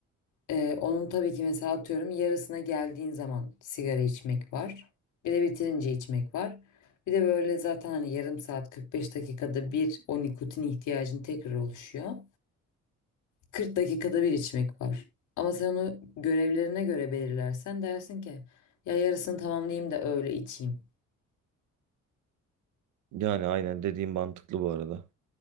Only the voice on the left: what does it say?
Ee, onun tabii ki mesela atıyorum yarısına geldiğin zaman sigara içmek var. Bir de bitirince içmek var. Bir de böyle zaten hani yarım saat 45 dakikada bir o nikotin ihtiyacın tekrar oluşuyor. 40 dakikada bir içmek var. Ama sen onu görevlerine göre belirlersen dersin ki ya yarısını tamamlayayım da öyle içeyim.